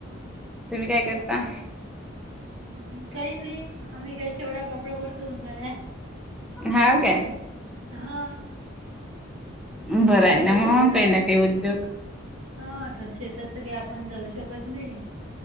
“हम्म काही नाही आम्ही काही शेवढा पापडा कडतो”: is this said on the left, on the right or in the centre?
Right